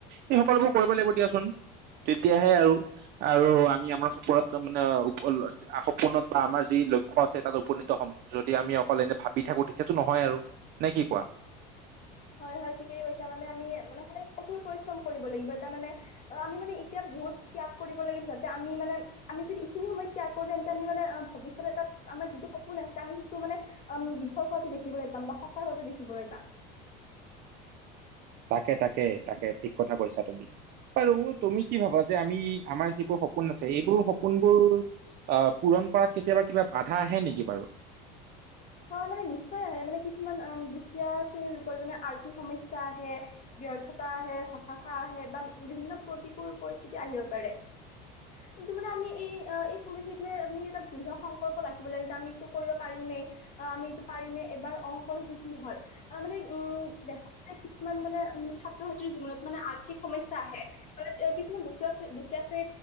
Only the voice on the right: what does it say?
এই সকলোবোৰ কৰিব লাগিব দিয়া <unintelligible> তেতিয়াহে আৰু, আৰু আমি আমাৰ সপোনত মানে সপোনত বা আমাৰ যি লক্ষ্য আছে তাত উপনীত হ'ম। যদি আমি অকল এনে ভাবি থাকো তেতিয়াতো নহয় আৰু। নে কি? কোৱা?
তাকে তাকে তাকে, ঠিক কথা কৈছা তুমি। বাৰু তুমি কি ভাবা যে আমি আমাৰ যিবোৰ সপোন আছে এইবোৰ সপোনবোৰ আহ, পুৰন ন কৰাত কেতিয়াবা কিবা বাধা আহে নেকি বাৰু?